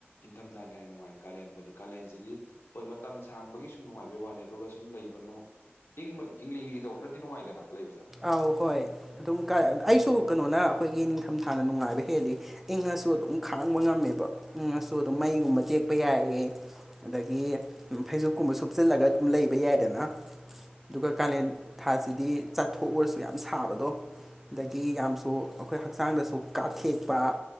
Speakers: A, on the left; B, in the centre.
A: ꯏꯟꯊꯝꯊꯥꯅꯥ ꯍꯦꯟꯅꯥ ꯅꯨꯡꯉꯥꯏ ꯀꯥꯂꯦꯟꯕꯨꯗꯤ ꯀꯥꯂꯦꯟꯁꯤꯗꯤ ꯍꯣꯏ ꯃꯇꯝ ꯁꯥꯡꯕꯒꯤ ꯁꯨꯝ ꯅꯨꯡꯉꯥꯏꯕꯩ ꯋꯥꯅꯤ ꯑꯗꯨꯒꯥ ꯁꯨꯝ ꯂꯩꯕꯥ ꯏꯪꯅꯥ ꯏꯪꯂꯤ ꯏꯪꯂꯤ ꯇꯧꯕ꯭ꯔꯗꯤ ꯅꯨꯡꯉꯥꯏꯗꯥꯅ ꯂꯩꯕꯁꯦ
B: ꯑꯧ ꯍꯣꯏ ꯑꯗꯨꯝ ꯑꯩꯁꯨ ꯀꯩꯅꯣꯅꫪꯥ ꯑꯩꯈꯥꯏꯒꯤ ꯅꯤꯡꯊꯝꯊꯥꯅ ꯅꯨꯡꯉꯥꯏꯕꯥ ꯍꯦꯜꯂꯤ ꯏꯪꯉꯁꯨ ꯑꯗꯨꯝ ꯈꯥꯡꯕ ꯉꯝꯃꯦꯕ ꯏꯪꯉꯁꯨ ꯑꯗꯨꯝ ꯃꯩꯒꯨꯝꯕ ꯇꯦꯛꯄꯥ ꯌꯥꯏꯌꯦ ꯑꯗꯥꯒꯤ ꯐꯩꯖꯨꯞꯀꯨꯝꯕꯥ ꯁꯨꯞꯆꯤꯜꯂꯒꯥ ꯑꯗꯨꯝ ꯂꯩꯕꯥ ꯌꯥꯏꯗꯅꯥ ꯑꯗꯨꯒ ꯀꯥꯂꯦꯟ ꯊꯥꯁꯤꯗꯤ ꯆꯠꯊꯣꯛ ꯑꯥꯁꯨ ꯌꯥꯝ ꯁꯥꯕꯗꯣ ꯑꯗꯨꯗꯒꯤ ꯌꯥꯝꯁꯨ ꯑꯩꯈꯣꯏ ꯍꯛꯆꯥꯡꯗꯁꯨ ꯀꯥꯞꯊꯦꯛꯄꯥ